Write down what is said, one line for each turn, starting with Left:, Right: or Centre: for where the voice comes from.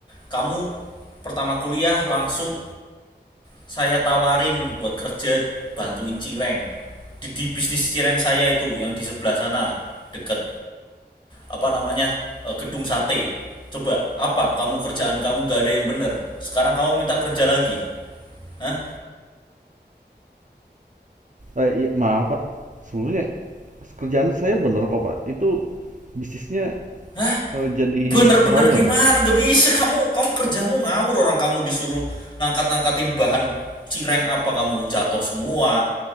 Left: kamu pertama kuliah langsung saya tawarin buat kerja bantuin cireng di, di bisnis cireng saya itu yang di sebelah sana deket apa namanya eh, gedung sate coba apa kamu kerjaan kamu nggak ada yang bener sekarang kamu minta kerja lagi hah
Right: Eh, iya, maaf Pak, sebenarnya kerjaan saya bener kok Pak, itu bisnisnya
Left: hah
Right: eh, jadi
Left: bener-bener
Right: ramai
Left: gimana
Right: Pak.
Left: gak bisa kamu kamu kerjamu ngawur orang kamu disuruh ngangkat-ngangkatin bahan cireng apa kamu jatuh semua